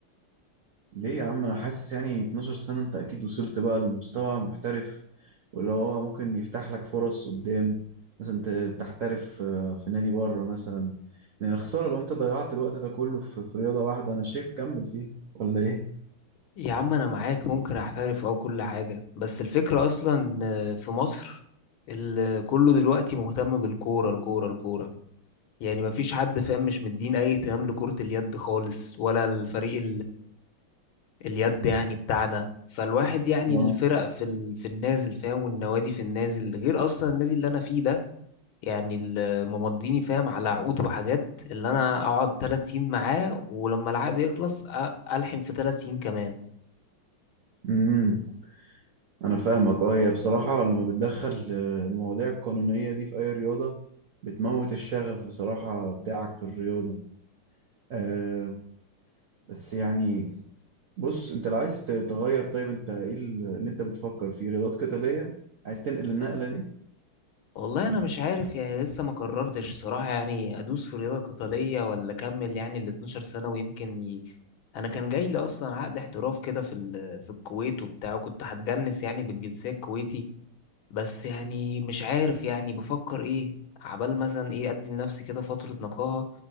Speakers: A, on the right; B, on the left.
A: ليه يا عم انا حاسس يعني 12 سنة انت اكيد وصلت بقى لمستوى محترف واللي هو ممكن يفتح لك فرص قدام مثلا ت- تحترف آه، في نادي بره مثلا لان خسارة لو انت ضيعت الوقت ده كله في في رياضة واحدة انا شايف كمل فيه ولا ايه؟
B: يا عم انا معاك ممكن احترف او كل حاجة بس الفكرة اصلا في مصر ال- كله دلوقتي مهتم بالكورة الكورة الكورة يعني مفيش حد فاهم مش مدين اي اهتمام لكرة اليد خالص ولا الفريق اليد يعني بتاعنا فالواحد يعني
A: اه
B: الفرق في ال... في النازل فاهم والنوادي في النازل غير اصلا النادي اللي انا فيه ده يعني اللي ممضيني فاهم على عقود وحاجات اللي انا اقعد ثلاث سنين معاه ولما العقد يخلص أ- الحم في ثلاث سنين كمان
A: امم أنا فاهمك أه هي بصراحة لما بتدخل آه، المواضيع القانونية دي في أي رياضة بتموت الشغف بصراحة بتاعك في الرياضة أه بس يعني بص أنت لو عايز ت- تغير طيب أنت إيه ال- اللي أنت بتفكر فيه رياضات قتالية عايز تنقل النقلة دي؟
B: والله انا مش عارف يعني لسه ما قررتش صراحة يعني ادوس في رياضة قتالية ولا اكمل يعني ال 12 سنة ويمكن ي... انا كان جاي لي اصلا عقد احتراف كده في ال... في الكويت وبتاع وكنت هتجنس يعني بالجنسية الكويتي بس يعني مش عارف يعني بفكر ايه عبال مثلا ايه ادي لنفسي كده فترة نقاهة